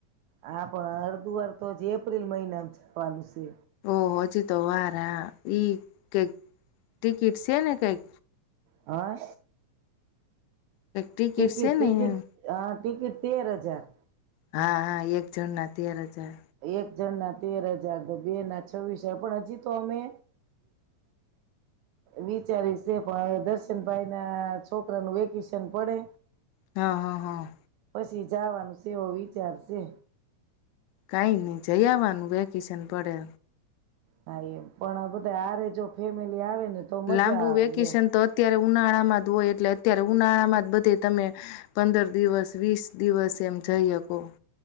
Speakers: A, on the right; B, on the left.
A: હા, પણ અડધું વાર તો જ એપ્રિલ મહિનામ જવાનું છે
B: ઓ હજુ તો વાર હા ઈ કઈક ટિકિટ છે ને કઈક
A: હા
B: કઈક
A: ટિકિટ,
B: છે
A: ટિકિટ
B: ને એમ
A: અ ટિકિટ તેર હજાર
B: હા, હા, એક જણ ના તેર હજાર
A: એક જણ ના તેર હજાર બે ના છવ્વીસ હજાર પણ હજી તો અમે વિચારીશે પણ હ દર્શનભાઈ ના છોકરાનું વેકેશન પડે
B: હા, હા, હા
A: પછી જવાનું સેવો વિચારશે
B: કઈ નહી જઈ આવવાનું વેકેશન પડે
A: હા, એમ પણ બધા આરે જો ફેમિલી આવે ને તો મજા
B: લાંબુ
A: આવે
B: વેકેશન
A: એમ
B: તો અત્યારે ઉનાળામાં જ હોય એટલે અત્યારે ઉનાળામાં જ બધે તમે પંદર દિવસ, વીસ દિવસ એમ જઈ શકો